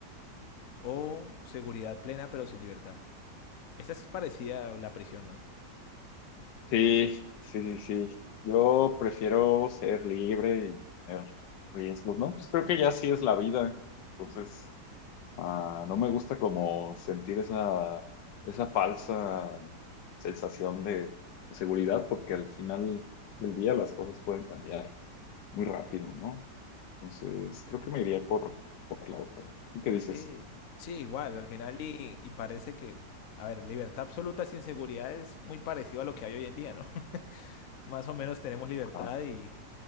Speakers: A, on the left; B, on the left.
A: o seguridad plena pero sin libertad. Esta es parecida a la prisión, ¿no?
B: Sí, sí, sí, sí. Yo prefiero ser libre y tener riesgos, ¿no? Pues creo que ya sí es la vida. Entonces, ah, no me gusta como sentir esa, esa falsa sensación de seguridad, porque al final del día las cosas pueden cambiar. muy rápido, ¿no? Entonces, creo que me iría por, por la otra. ¿Tú qué dices?
A: Sí, sí, igual, al final y, y parece que, a ver, libertad absoluta sin seguridad es muy parecido a lo que hay hoy en día, ¿no? <laughs> Más o menos tenemos libertad
B: Ajá.
A: y,